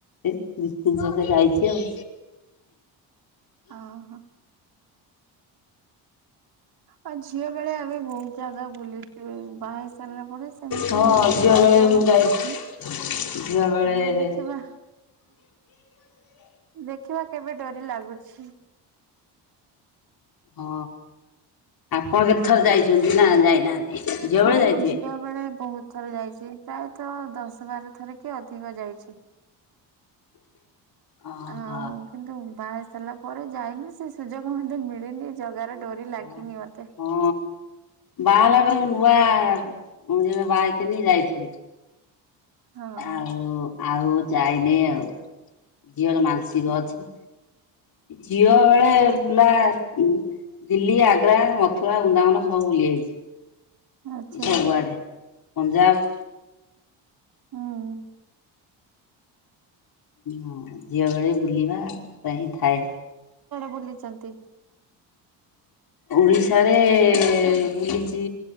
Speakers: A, on the left; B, on the right.
A: ଏ ତିନି ଚାରି ଥର ଯାଇଛି ଆଉ।
B: ଓହୋ। ଆଉ ଝିଅ ବେଳେ ଆମେ ବହୁତ ଜାଗା ବୁଲିଛୁ ବାହେଇ ସାରିଲା ପରେ ସେମିତି
A: ହଁ
B: ଏତେ
A: ଝିଅ
B: ସୁଯୋଗ
A: ବେଳେ ମୁଁ
B: ମିଳିନି,
A: ଯାଇଛି ଝିଅ ବେଳେ
B: ହଁ ଦେଖିବା। ଦେଖିବା କେବେ ଡୋରି ଲାଗୁଛି
A: ହଁ ଆପଣ କେତଥର ଯାଇଛନ୍ତି ନା ଯାଇନାହାନ୍ତି? ଝିଅ ବେଳେ
B: ହଁ
A: ଯାଇଥିବେ?
B: ମୁଁ ଝିଅ ବେଳେ ବହୁତ ଥର ଯାଇଛି ପ୍ରାୟତଃ ଦଶ ବାର ଥରେ କିଏ ଅଧିକ ଯାଇଛି।
A: ଓହୋ
B: ଆଉ କିନ୍ତୁ ବାହେଇ ସାରିଲା ପରେ ଯାଇନି ସେ ସୁଯୋଗ ମତେ ମିଳିନି ଜଗାର ଡୋରି ଲାଗିନି
A: ଓ
B: ମତେ।
A: ହୋ ବାହେଲା ପରେ ନୂଆ ମୁଁ ଯେବେ ବାହେଇଥିନି ଯାଇଥିନି।
B: ହଁ
A: ଆଉ, ଆଉ ଯାଇନି ଆଉ, ଝିଅର ମାନସିକ ଅଛି। ଝିଅ ବେଳେ ବୁଲା ଉ ଦିଲ୍ଲୀ, ଆଗ୍ରା, ମଥୁରା ବୃନ୍ଦାବନ ସବୁୁ ବୁଲିଆଇଚି,
B: ଆଚ୍ଛା
A: ସବୁଆଡେ ପଞ୍ଜାବ।
B: ହଉ ହଉ
A: ହଁ ଝିଅ ବେଳେ ବୁଲିବା ପାଇଁ ଥାଏ।
B: ବୁଲିଚନ୍ତି।
A: ଓଡିଶାରେ ବୁଲିଛି